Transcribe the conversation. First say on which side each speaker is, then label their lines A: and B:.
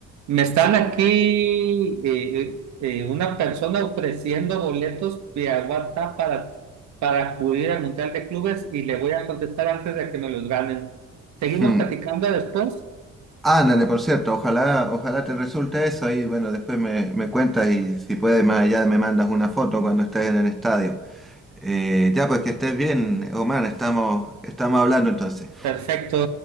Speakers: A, on the right; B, in the centre.
A: me están aquí eh, eh, una persona ofreciendo boletos vía WhatsApp para, para acudir al Mundial de Clubes y le voy a contestar antes de que me los ganen. ¿Seguimos
B: <laughs>
A: platicando después?
B: Ándale, por cierto, ojalá, ojalá te resulte eso y bueno, después me, me cuentas y si puedes más allá me mandas una foto cuando estés en el estadio. Eh, ya, pues que estés bien, Omar, estamos, estamos hablando entonces.
A: Perfecto.